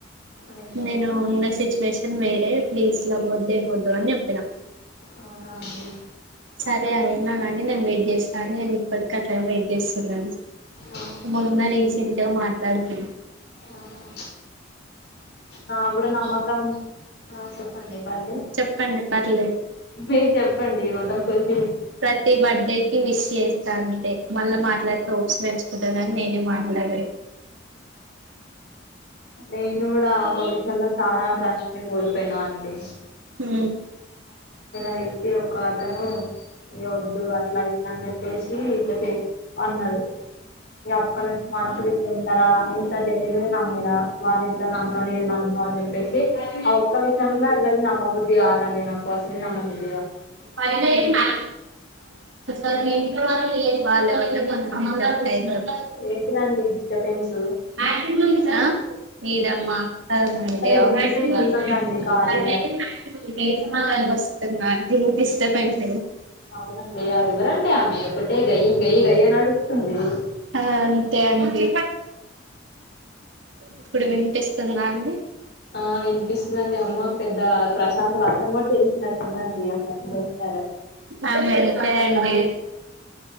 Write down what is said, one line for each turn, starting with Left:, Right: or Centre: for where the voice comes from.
Left: అయ్యో
Right: నేను ఉన్న సిచువేషన్ మేడే ప్లీస్లా ముద్దే ముొద్దు అని చెప్పిన
Left: అవునా అండి
Right: సరే ఎన్నా నని నం వెయిట్ చేస్త సని ని పడక టైమ్ ఇ సార్ న
Left: అవునా.
Right: మొన్న రీసెంట్గా మాట్లాడుతు
Left: ఆహా నా కూడా నమ్మకం ఆ చెప్పండి బండి
Right: చెప్పండి పర్లేదు
Left: మీరు చెప్పండి మొత్తం పులి
Right: ప్రతి బర్త్డేకి మస్ చేస్త అంటే మళ్ళా మాట్లాడితే పెలుకుంట నేనే మాట్లాడండి
Left: నేను కూడా ఒకవిషయంలో చాలా ట్రస్ట్ నే కోల్పోయినా అండి
Right: అ
Left: అయితే ఒక అతను న వద్దు అట్లా ఇట్లా అని చెప్పేసి ఇట్లా చే అన్నాడు ఈ అప్ప నుంచి మనుషులు ఏ ఏ ఏ ఏ వద్దుఅట్లఇట్లా అని చెప్పేసి ఇట్లా చేసిఅన్నాడు అప్పటినుంచి పలకరించిన తరువాత <unintelligible> ఇంత తెలియదని నమ్మినా వారి ఇంత నమ్మలేదు నన్న అని చెప్పేసి ఆ ఒక్క విషయంలో ఎవరి నమ్మబుద్ధి కాాలని నేనా <unintelligible>
Right: ప మా <unintelligible> వాళ్ళు వాళ్లు మాట్లాడుకుంటే సెట్ అవుతారు
Left: ఏంటిదండి డిస్టబెన్సు
Right: ఆ వీడేమ్మ <unintelligible>
Left: అసలు ఈ డిస్టర్బెన్స్ ఉండొద్దండి కారు
Right: వస్తున్న <unintelligible> సెట్టైంది
Left: అవునండి ఆ వివరండి మీ గయి గయి గయి అరుస్తుంది
Right: ఆ అంతే అండి ఇప్పుడు వినిపిస్తుందా అండి
Left: ఆ వినిపిస్తుంది అవునండి అమ్మ పెద్ద ప్రశాంత్ వర్క్ కూడా తెలిసినట్టున్దండి అ ఎంత వస్తార
Right: ఆమె అంతే అండి